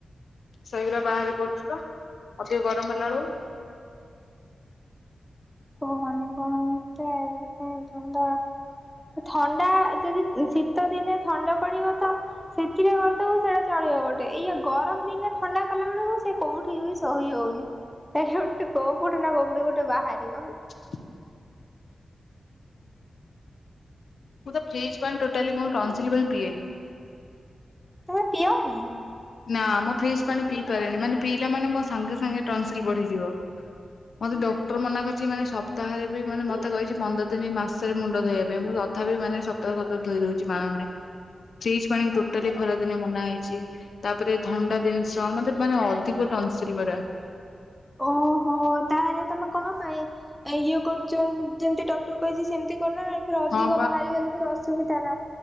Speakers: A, on the left; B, in the centre.
A: ସେଇଘୁରା ବାହାରି ପଡୁଛି ପା। ଅଧିକ ଗରମ ହେଲା ବଳୁ।
B: କୁହନି କୁହନି ସେ ଏମତିଆ ଧନ୍ଦା। ଥଣ୍ଡା ଯଦି ଶୀ ଶିତ ଦିନେ ଥଣ୍ଡା ପଡିବ ତ, ସେଥିରେ କରିଦେବୁ ସେଇଟା ଚଳିବ ଗୋଟେ, ଇଏ ଗରମ ଦିନେ ଥଣ୍ଡା କଲା ବେଳକୁ, ସେ କୋଉଠି ବି ସହି ହଉନି, ସେଟା ଗୋଟେ କଉଠେ ନା କୋଉଠି ଗୋଟେ ବାହାରିବ। <inaudible>
A: ଁ <inaudible> ମୁଁ ତ ଫ୍ରିଜ୍ ପାଣୀ ଟୋଟାଲି ମୋ ଟନସିଲ ପାଇଁ ପିଏନି।
B: ତମେ ପିଓନି?
A: ନା ମୁଁ ଫ୍ରୀଜ ପାଣି ପିଇ ପାରେନି ମାନେ ପିଇଲା ମାନ ମୋ ସାଙ୍ଗେ ସାଙ୍ଗେ ଟନସିଲ ବଢିଯିବ। ମତେ ଡକ୍ଟର ମନା କରିଛି ମାନେ ସପ୍ତାହରେ ବି ମାନେ ମତେ କହିଛି ପନ୍ଦର ଦିନ ମାସରେ ମୁଣ୍ଡ ଧୋଇବା ପାଇଁ ମୁଁ ତଥାପି ମାନେ ସପ୍ତା କୁ ସପ୍ତା ଧୋଇ ଦଉଛି, ମାନୁନି।
B: ହ <inaudible>
A: ଫ୍ରୀଜ଼ ପାଣି ଟୋଟାଲି ଖରା ଦିନେ ମନା ହେଇଛି। ତାପରେ ଥଣ୍ଡା ଜିନିଷ ମତେ ମାନେ ଅଧିକ ଟନସିଲ ପରା।
B: ଓହୋ ତାହେଲେ ତମେ କଣ ପାଇଁ? ଆ ଇଏ କରୁଛନ୍ ଯେମତି ଡକ୍ଟର କହିଛି ସେମିତି କରୁନ ପେରେ ଅଧିକ
A: ହଁ
B: ବାହାରିଗଲେ ପେରେ ଅସୁବିଧା ନା?